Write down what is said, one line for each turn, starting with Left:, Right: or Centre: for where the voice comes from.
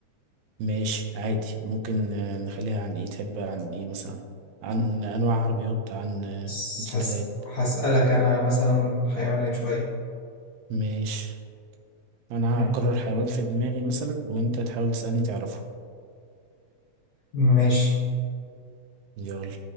Right: ماشي عادي ممكن آه، نخليها عن ايه تحب عن ايه مثلا عن انواع عربيات عن آه،
Left: بس
Right: موتوسيكلات
Left: هس... هسألك أنا مثلا حيوانات شوية
Right: ماشي انا
Left: يعني
Right: هقرر حيوان في دماغي مثلا وانت تحاول تسالني تعرفه
Left: ماشي
Right: يلا